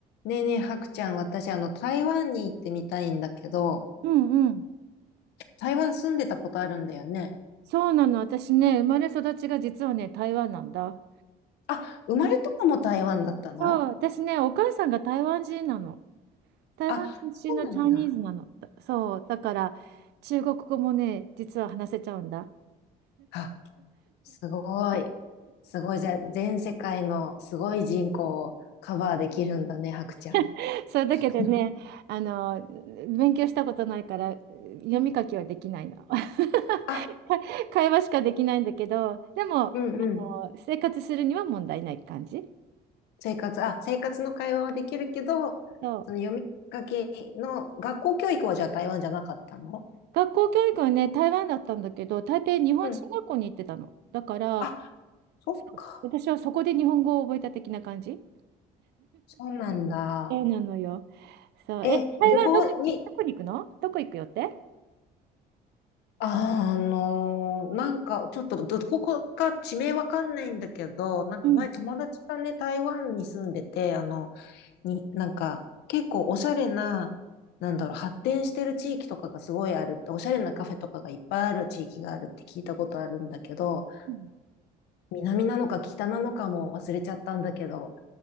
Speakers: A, on the left; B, on the right.
A: ねえねえ、はくちゃん、私、あの、台湾に行ってみたいんだけど、
B: うんうん。
A: 台湾住んでたことあるんだよね。
B: そうなの。私ね、生まれ育ちが実はね、台湾なんだ。
A: あ、生まれとかも台湾だったの
B: そう、私ね、お母さんが台湾人なの。台湾出身のチャイニーズなの。
A: あ、そうなんだ。
B: だそう、だから中国語もね、実は話せちゃうんだ。
A: あ、すごい。すごい。じゃあ、全世界のすごい人口をカバーできるんだね、はくちゃん。
B: <laughs> それだけでね、
A: <laughs>
B: あの、勉強したことないから、読み書きはできないの。
A: あ、
B: <laughs> 会話しかできないんだけど、でも、
A: うんうん。
B: 生活するには問題ない感じ。
A: 生活、あ、生活の会話はできるけど、
B: そう。
A: その読み書きの学校教育はじゃあ台湾じゃなかったの
B: 学校教育はね、台湾だったんだけど、台北日本人学校に行ってたの。
A: うん。
B: だから、
A: あ、そっか。
B: そう私はそこで日本語を覚えた的な感じ
A: そうなんだ。
B: そうなのよ。そう。
A: え、
B: え、台湾どこ、
A: 旅行に、
B: どこに行くのどこ行くよって
A: あのーなんか、ちょっとど、どこか地名わかんないんだけど、なんか前友達がね、
B: うん。
A: 台湾に住んでて、あの、に、なんか、結構おしゃれな、なんだろう、発展してる地域とかがすごいあるって、おしゃれなカフェとかがいっぱいある地域があるって聞いたことあるんだけど、
B: うん
A: 南なのか北なのかも忘れちゃったんだけど、